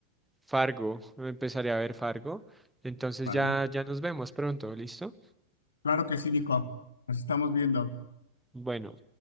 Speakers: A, in the centre; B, on the left (about 70°).
A: Fargo. Empezaré a ver Fargo. Entonces
B: Vale.
A: ya, ya nos vemos pronto, ¿listo?
B: Claro que sí, Nico. Nos estamos viendo.
A: Bueno.